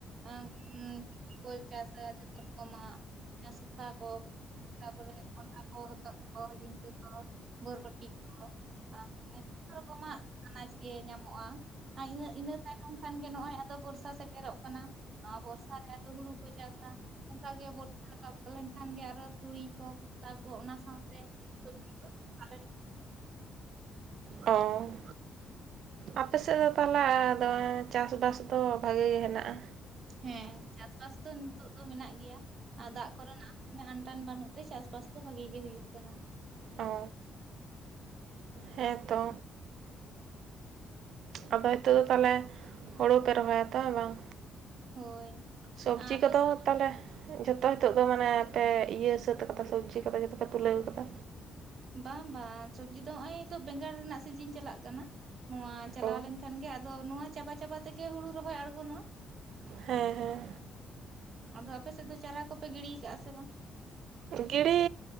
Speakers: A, on the right; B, on the right.
A: <unintelligible> ᱠᱚᱭ ᱪᱟᱥᱟ ᱡᱷᱚᱛᱚ ᱨᱚᱠᱚᱢᱟᱜ᱾ ᱦᱮᱸᱥᱫᱟ ᱠᱚ ᱛᱟᱯᱚᱨᱮ ᱠᱚᱱᱰᱷᱟ ᱠᱚ ᱦᱚᱛᱚᱫ ᱠᱚ ᱡᱷᱤᱝᱜᱟᱹ ᱠᱚ ᱵᱚᱨᱵᱚᱴᱤ ᱠᱚ <unintelligible> ᱠᱚᱢᱟ ᱟᱱᱟᱡ ᱜᱮ ᱧᱟᱢᱚᱜᱼᱟ᱾ ᱟᱭ ᱤᱱᱟᱹ ᱤᱱᱟᱹ ᱛᱟᱭᱱᱚᱢ ᱠᱷᱟᱱ ᱜᱮ ᱱᱚᱜᱼᱚᱭ ᱟᱫᱚ ᱵᱚᱨᱥᱟ ᱥᱮᱴᱮᱨᱚᱜ ᱠᱟᱱᱟ᱾ ᱟ ᱵᱚᱨᱥᱟ ᱨᱮ ᱛᱚ ᱦᱩᱲᱩ ᱠᱚ ᱪᱟᱥᱟ᱾ ᱚᱱᱠᱟᱜᱮ ᱵᱚᱨᱥᱟ ᱨᱟᱠᱟᱵ ᱞᱮᱱᱠᱷᱟᱱ ᱜᱮ ᱟᱨᱚ ᱛᱩᱲᱤ ᱠᱚ ᱠᱷᱚᱥᱞᱟ ᱠᱚ ᱚᱱᱟ ᱥᱟᱶᱛᱮ ᱥᱚᱵᱡᱤ ᱠᱚ ᱱᱚᱝᱠᱟᱞᱮ
B: ᱚ᱾ ᱟᱯᱮ ᱥᱮᱫ ᱫᱚ ᱛᱟᱦᱚᱞᱮ ᱫᱚ ᱪᱟᱥᱵᱟᱥ ᱫᱚ ᱵᱷᱟᱜᱮ ᱜᱮ ᱦᱮᱱᱟᱜᱼᱟ᱾
A: ᱦᱮᱸ ᱪᱟᱥ ᱵᱟᱥ ᱫᱚ ᱱᱤᱛᱚᱜ ᱫᱚ ᱢᱮᱱᱟᱜ ᱜᱮᱭᱟ ᱟᱨ ᱫᱟᱜ ᱠᱚᱨᱮᱱᱟᱜ ᱟᱱ ᱴᱟᱱ ᱵᱟᱹᱱᱩᱜ ᱛᱮ ᱪᱟᱥᱵᱟᱥ ᱫᱚ ᱵᱷᱟᱹᱜᱤ ᱜᱮ ᱦᱩᱭᱩᱜ ᱠᱟᱱᱟ᱾
B: ᱚ ᱦᱮᱸ ᱛᱚ᱾ ᱟᱯᱮ ᱟᱹᱛᱩ ᱫᱚ ᱛᱟᱦᱚᱞᱮ ᱦᱩᱲᱩ ᱯᱮ ᱨᱚᱦᱚᱭᱟ ᱛᱚ ᱵᱟᱝ?
A: ᱦᱳᱭ
B: ᱥᱚᱵᱡᱤ
A: ᱟᱯᱮ
B: ᱠᱚᱫᱚ ᱛᱟᱦᱚᱞᱮ ᱡᱷᱚᱛᱚ ᱦᱤᱛᱚᱜ ᱫᱚ ᱢᱟᱱᱮ ᱯᱮ ᱤᱭᱟᱹ ᱥᱟᱹᱛ ᱠᱟᱫᱟ ᱥᱚᱵᱽᱡᱤ ᱠᱚᱫᱟ ᱡᱚᱛᱚ ᱯᱮ ᱛᱩᱞᱟᱹᱣ ᱠᱟᱫᱟ?
A: ᱵᱟᱝ ᱵᱟᱝ ᱥᱚᱵᱡᱤ ᱫᱚ ᱚᱭ ᱛᱚ ᱵᱮᱸᱜᱟᱲ ᱨᱮᱱᱟᱜ ᱥᱤᱡᱤᱱ ᱪᱟᱞᱟᱜ ᱠᱟᱱᱟ᱾ ᱱᱚᱣᱟ ᱪᱟᱞᱟᱣ
B: ᱚ
A: ᱞᱮᱱᱠᱷᱟᱱ ᱜᱮ ᱟᱫᱚ ᱱᱚᱣᱟ ᱪᱟᱵᱟ ᱪᱟᱵᱟ ᱛᱮᱜᱮ ᱦᱩᱲᱩ ᱨᱚᱦᱚᱭ ᱟᱬᱜᱚᱱᱟ᱾
B: ᱦᱮᱸ ᱦᱮᱸ᱾
A: ᱟᱫᱚ ᱟᱯᱮ ᱥᱮᱫ ᱫᱚ ᱪᱟᱨᱟ ᱠᱚᱯᱮ ᱜᱤᱲᱤᱭ ᱠᱟᱜᱼᱟ ᱥᱮ ᱵᱟᱝ?
B: ᱜᱤᱲᱤ